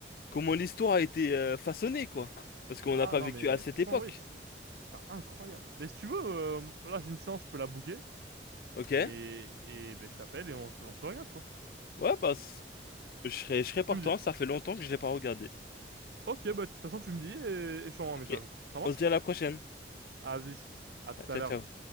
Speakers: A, on the left; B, on the right.
A: comment l'histoire a été euh, façonnée, quoi. Parce qu'on
B: Ah
A: n'a pas
B: non,
A: vécu
B: mais
A: à cette
B: franchement,
A: époque.
B: oui, c'est c'est un- incroyable. Mais si tu veux, euh, là, j'ai une séance, je peux la booker.
A: Ok?
B: Et, et ben, je t'appelle et on se, on se le regarde, quoi.
A: Ouais, bah. c- Je serais, je serais
B: Tu
A: partant,
B: me dis.
A: ça fait longtemps que je l'ai pas regardé.
B: Ok, bah de toute façon tu me dis et, et je t'envoie un
A: Ok.
B: message. Ça marche?
A: On se dit à la prochaine.
B: Ah, Vas-y, à tout
A: Ciao,
B: à l'heure.
A: ciao.